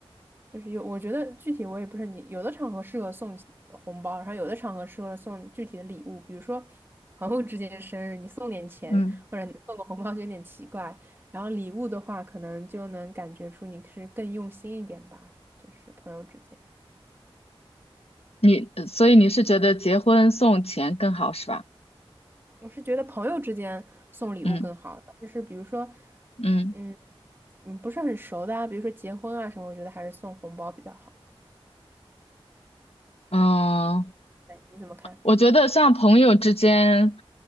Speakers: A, on the right; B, on the left.
A: 就是有，我觉得具体我也不是很清，有的场合适合送红包，然后有的场合适合送具体的礼物，比如说朋友之间的生日，你送点钱或者送个红包就有点奇怪。
B: 嗯，
A: 然后礼物的话，可能就能感觉出你是更用心一点吧，就是朋友之间。
B: 你，所以你是觉得结婚送钱更好是吧？
A: 我是觉得朋友之间送礼物更好，
B: 嗯
A: 就是比如说，
B: 嗯
A: 嗯嗯，不是很熟的啊，比如说结婚啊什么，我觉得还是送红包比较好。
B: 嗯，
A: 对，你怎么看？
B: 我觉得像朋友之间，